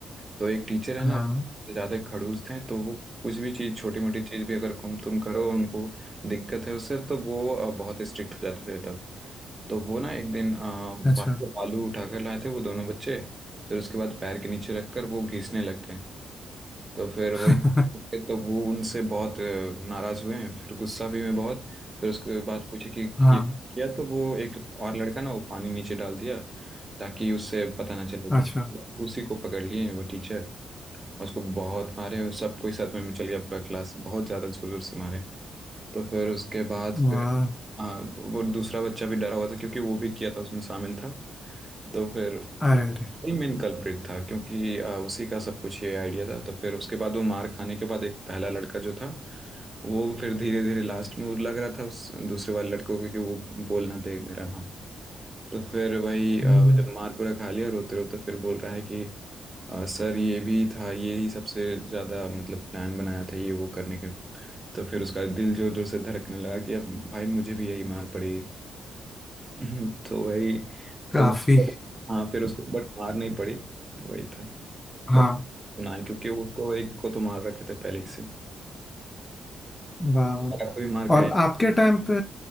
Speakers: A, on the right; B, on the left.
A: तो एक टीचर है
B: हाँ
A: ना वो सबसे ज़्यादा खड़ूस थे तो वो कुछ भी चीज़ छोटी मोटी चीज़ भी अगर तुम तुम करो उनको दिक्कत है उससे तो वो अ, बहुत स्ट्रिक्ट हो जाते थे तब तो वो ना एक दिन अ, बाहर
B: अच्छा
A: से आलू उठाकर लाए थे वो दोनों बच्चे फिर उसके बाद पैर के नीचे रखकर वो घिसने लग गए तो फिर
B: <laughs>
A: वही तो वो उनसे बहुत अ, नाराज हुए हैं फिर गुस्सा भी हुए बहुत फिर उसके बाद पूछे कि
B: हाँ
A: ये किया तो वो एक और लड़का ना वो पानी नीचे डाल दिया ताकि उससे पता ना चले
B: अच्छा
A: टीचर उसी को पकड़ लिए हैं वो टीचर और उसको बहुत मारे सब कोई साथ में चल गया पूरा क्लास बहुत ज़्यादा जोर जोर से मारे तो फिर उसके बाद
B: वाह
A: फिर हाँ वो दूसरा बच्चा भी डरा हुआ था क्योंकि वो भी किया था उसमें शामिल था तो फिर
B: अरे अरे
A: ही मेन कल्प्रिट था क्योंकि अ, उसी का सब कुछ ये आइडिया था तो फिर उसके बाद वो मार खाने के बाद एक पहला लड़का जो था वो फिर धीरे धीरे लास्ट में वो लग रहा था उस दूसरे वाले लड़कों को कि वो बोल ना दे मेरा नाम तो फिर वही अ,
B: हम्म,
A: जब मार पूरा खा लिया रोते रोते फिर बोल रहा है कि अ, सर ये भी था ये ही सबसे ज़्यादा मतलब प्लान बनाया था ये वो करने के तो फिर उसका दिल जोर जोर से धड़कने लगा कि अब भाई मुझे भी यही मार पड़ी <laughs> हम्म, तो वही
B: काफी
A: तो हाँ फिर उसको बट मार नहीं पड़ी वही था
B: हाँ
A: बच ना क्योंकि उसको एक को तो मार रखे थे पहले ही से
B: वाह
A: अगर कोई मार खाए
B: और आपके टाइम पे